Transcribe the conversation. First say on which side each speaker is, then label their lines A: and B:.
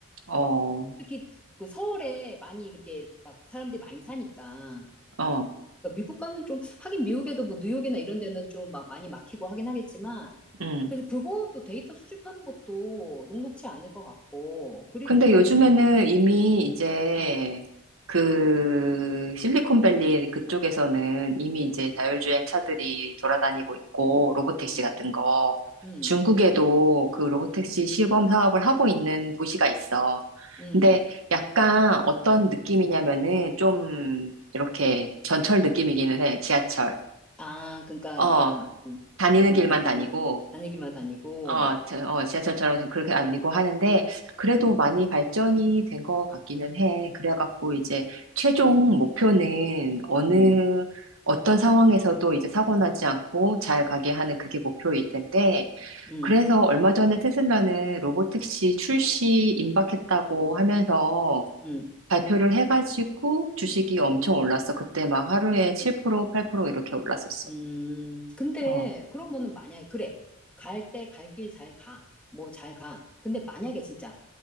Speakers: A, on the right (about 75°); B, in the centre.
A: 어,
B: 특히 그 서울에 많이 그렇게 막 사람들이 많이 사니까.
A: 어,
B: 그러니까 미국과는 좀 하긴 미국에도 뭐 뉴욕이나 이런 데는 좀 막 많이 막히고 하긴 하겠지만
A: 음.
B: 그래서 그것도 데이터 수집하는 것도 녹록치 않을 것 같고 그리고
A: 근데 요즘에는
B: 음,
A: 이미 이제
B: 음,
A: 그 실리콘밸리 그쪽에서는 이미 이제 자율주행 차들이 돌아다니고 있고 로보택시
B: 음,
A: 같은 거
B: 음,
A: 중국에도 그 로보택시
B: 음,
A: 시범 사업을 하고 있는 도시가 있어.
B: 음.
A: 근데 약간 어떤 느낌이냐면은 좀 이렇게 전철 느낌이기는 해. 지하철.
B: 아, 그러니까
A: 어,
B: 약간 무슨
A: 다니는
B: 음,
A: 길만 다니고
B: 다니기만 다니고
A: 어, 저- 어, 지하철처럼 좀 그렇게 아니고 하는데, 그래도
B: 음,
A: 많이 발전이 된 것 같기는 해. 그래갖고 이제 최종
B: 음,
A: 목표는 어느,
B: 음,
A: 어떤 상황에서도 이제 사고 나지 않고 잘 가게 하는 그게 목표일 텐데,
B: 음,
A: 그래서 얼마 전에 테슬라는 로보택시 출시 임박했다고 하면서
B: 음,
A: 발표를 해가지고 주식이 엄청
B: 음,
A: 올랐어. 그때 막 하루에
B: 음,
A: 7%, 8% 이렇게 올랐었어.
B: 음. 근데
A: 어,
B: 그러면은 만약에 그래 갈 때 갈 길 잘 가. 뭐 잘 가. 근데 만약에 진짜